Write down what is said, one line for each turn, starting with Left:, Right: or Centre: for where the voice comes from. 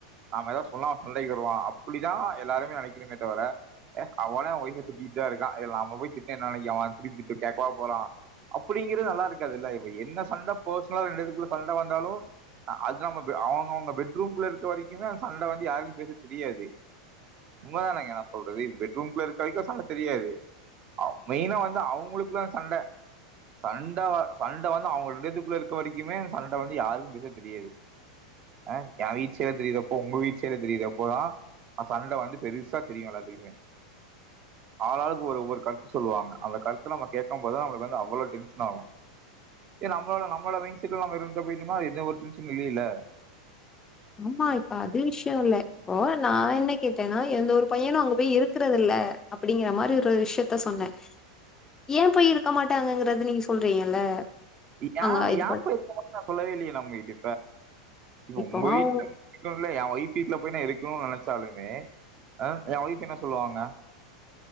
Right: நாம ஏதாது சொன்னா சண்டைக்கு வருவா அப்டிதா எல்லாருமே நெனைக்கணுமே தவிர ஏ அவனே அவ ஒய்ஃப திட்டிட்டுதா இருக்கா இது நம்ம போய் திட்டி என்ன நெனைக்க அவ திருப்பிதிட்டி கேக்கவா போறா அப்டிங்கிறது நல்லா இருக்காதுல இப்ப என்ன சண்ட பெர்சனலா ரெண்டு பேதுகுள்ள சண்ட வந்தாலு அது நம்ம அவங்க அவங்க பெட்ரூம்குள்ள இருக்க வரைக்குமே அந்த சண்ட வந்து யாருக்குமே பெருசா தெரியாது உண்மதானங்க நா சொல்றது பெட்ரூம்ல இருக்க வரைக்கு சண்ட தெரியாது மெயினா வந்து அவங்களுக்குள்ள சண்ட சண்ட சண்ட வந்த அவங்க ரெண்டு பேத் குள்ள இருக்க வரைக்குமே அந்த சண்ட வந்து யாருக்கு பெருசா தெரியாது ஆ எ வீச்சல தெரியிறப்போ உங்க வீச்சல தெரியுறப்போதா அ சண்ட வந்து பெருசா தெரியு எல்லாத்துக்குமே ஆளாளுக்கு ஒரு ஒவ்வொரு கருத்து சொல்லுவாங்க அந்த கருத்துல நம்ம கேக்கம் போது தா நமளுக்கு வந்து அவ்வளோ டென்ஷன் ஆகு ஏ நம்மள நம் நம்ம மைண்ட் செட் ல நம்ம இருந்துட்டு போயுடமா அது எந்த ஒரு எதுவும் டென்ஷனு இல்லைல
Left: ஆமா இப்ப அது விஷய இல்ல இப்போ நா என்ன கேட்டன்னா எந்த ஒரு பையனு அங்க போய் இருக்றது இல்ல ல அப்டிங்கற மாரி ஒரு விஷயத்த சொன்ன ஏ போய் இருக்க மாட்டாங்கங்கறத நீங்க சொல்றீங்கல்ல
Right: யா
Left: அவங்க இது
Right: யா போய் இருக்கமாட்றா சொல்லவே இல்லையே நா உங்க கிட்ட இப்ப
Left: இப்போ
Right: உங்க
Left: அவங்க
Right: கிட்ட சொல்ல எ வொய்ஃப் வீட்ல போய் நா இருக்கணுனு நெனச்சாலுமே அ எ ஒய்ஃப் என்ன சொல்லுவாங்க